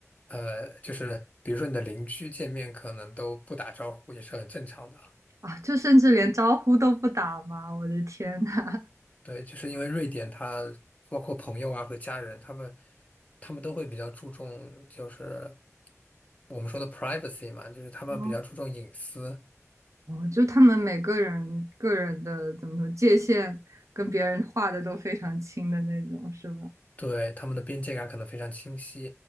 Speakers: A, on the left; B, on the right.
A: 呃，就是比如说你的邻居见面可能都不打招呼，也是很正常的啊。
B: 啊，就甚至连招呼都不打吗？我的天呐！
A: 对，就是因为瑞典它包括朋友啊和家人，他们他们都会比较注重就是我们说的 privacy 嘛，就是他们比较注重隐私。
B: <laughs> 哦，哦，就他们每个人个人的怎么说界限跟别人画的都非常清的那种，是吧？
A: 对，他们的边界感可能非常清晰，